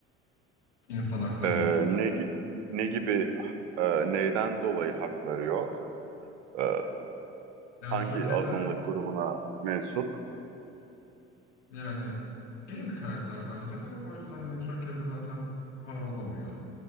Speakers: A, on the left; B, on the right.
A: İnsan haklarının
B: Ee,
A: olduğu
B: ne,
A: bir yere.
B: gi- ne gibi e, neyden dolayı hakları yok? Ee,
A: Yani
B: hangi
A: Türkiye'de
B: azınlık grubuna mensup?
A: yani gay bir karakter bence ve o yüzden hani Türkiye'de zaten var olamıyor.